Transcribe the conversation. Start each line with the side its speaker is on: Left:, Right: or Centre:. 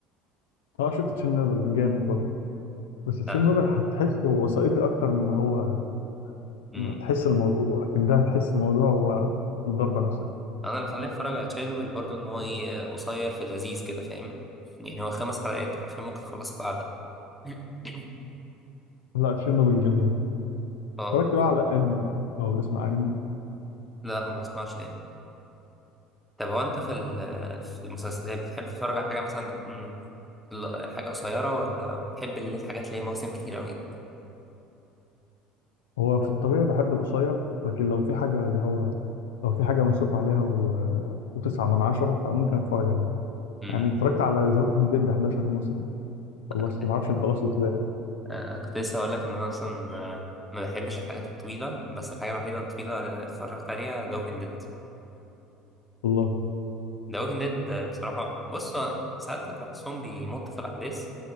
Left: اه شفت تشيرنوبل جامد برضه بس تشيرنوبل
Centre: لا
Left: هتحس هو وثائقي أكتر من هو
Centre: مم.
Left: ما تحس الموضوع لكن ده هتحس الموضوع هو في الضربة نفسها
Centre: انا اللي خلاني اتفرج على تشيرنوبل برضو ان هو ايه آه، قصير في لذيذ كده فاهم يعني هو خمس حلقات حرفيا ممكن تخلص بعدها <coughs> <laughs>
Left: لا تشيرنوبل جميل
Centre: اه
Left: اتفرجت بقى على أنمي أو بتسمع أنمي
Centre: لا ما بسمعش يعني. طب هو انت في ال- في المسلسلات بتحب تتفرج على حاجه مثلا تكون ال- حاجه قصيره ولا بتحب اللي- الحاجات اللي هي مواسم كتير قوي
Left: هو في الطبيعي بحب القصير لكن لو في حاجة اللي هو لو في حاجة مصروف عليها و... وتسعة من عشرة فممكن أتفرج عليه
Centre: امم
Left: يعني اتفرجت على ذا ووكينج ديد 11 موسم
Centre: انا
Left: خلصته
Centre: كنت
Left: معرفش أنا خلصت إزاي
Centre: أنا كنت لسه هقول لك ان انا اصلا آه، ما بحبش الحاجات الطويله بس الحاجه الوحيده الطويله اللي اتفرجت عليها ذا ووكينج ديد
Left: والله
Centre: ذا ووكينج ديد بصراحه بص هو ساعات كنت بحسهم بيمطوا في الاحداث